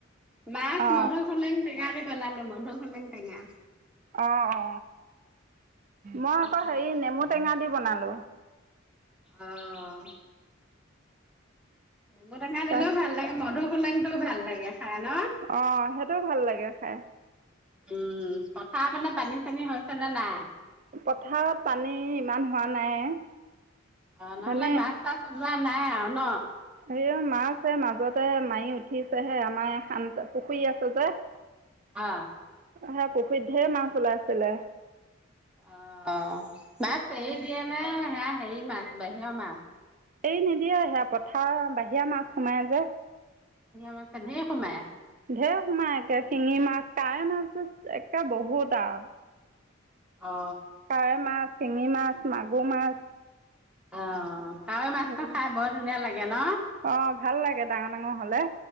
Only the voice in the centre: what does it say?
মাছ
মধুখোলেং টেঙা দি বনালো মধুখোলেং টেঙা
তাৰপিছতে
আহ নেমু টেঙা দিলেও
ভাল লাগে মধু ফোলেংটো ভাল লাগে খাই ন
উম পথাৰ ফালে পানী চানী হৈছে নে নাই
অ নহলে
মাছ চাছ ওলোৱা নাই আৱ ন
অ
অ বাছ সেৰি
দিয়ে নে সেয়া সেৰি মাছ বাহিৰা মাছ।
দুনিয়া মাছ কেনে সোমাই।
অ
অ', কাৱৈ মাছটো
খাই বৰ ধুনীয়া লাগে ন।